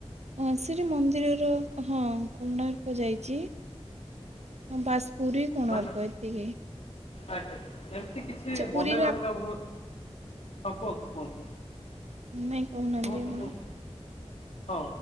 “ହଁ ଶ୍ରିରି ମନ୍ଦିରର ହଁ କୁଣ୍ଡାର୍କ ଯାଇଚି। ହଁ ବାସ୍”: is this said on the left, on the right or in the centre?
Right